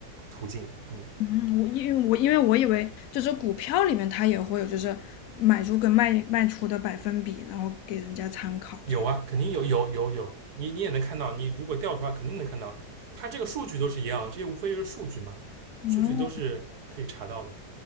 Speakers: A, on the right (about 65°); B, on the left (about 65°).
A: 途径，嗯。
B: 嗯，我因为我因为我以为就是股票里面它也会有就是买入跟卖卖出的百分比，然后给人家参考这个
A: 有啊，肯定有有有有，你你也能看到，你如果调出来肯定能看到，它这个数据都是一样，这些无非就是数据嘛，
B: 哦
A: 数据都是可以查到的